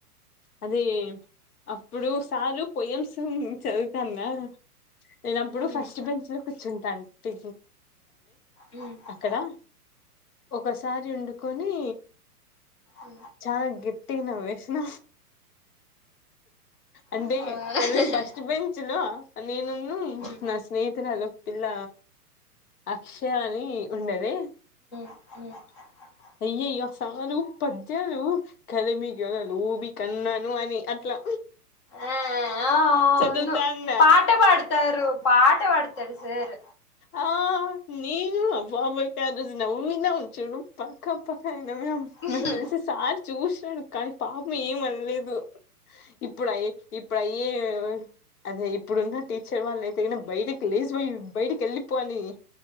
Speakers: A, on the left; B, on the left.
A: అదే అప్పుడు సారు పొయమ్స్ చదువుతాన్న నేనప్పుడు
B: ఉమ్ ఉమ్
A: ఫస్ట్ బెంచ్ లో కూర్చుంటాంటి
B: ఉమ్
A: అక్కడ ఒకసారి వండుకొని
B: ఉమ్
A: చనా గెట్టిగ నవ్వేసిన అంటే
B: ఉమ్
A: ఆ రోజు ఫస్ట్ బెంచ్ చ్ లో నేనున్న
B: ఆ
A: నా స్నేహితురాలో పిల్ల అక్షయ అని ఉండేది
B: ఉ
A: అయ్యయ్యో సారు పద్యాలు కలిమి గళ లోబి కన్నాను అని అట్ల
B: ఆ ఆ అవును
A: చదువుతానా
B: పాట పాడతారు పాట పాడతడు సార్
A: ఆ నేను అబొయ్ కాజస్ నవ్వినమ్ చుడు పక్క పక మేడం
B: హ్మ్
A: నాకు తెలిసి సార్ చూసినాను కానీ పాపం ఏమనలేదు ఇప్పుడ ఇప్పుడు అయ్యే అదే ఇప్పుడున్న టీచర్ వాళ్ళు అయితే గీన బయటకి లేసిమరి బయటికి వెళ్లిపో అని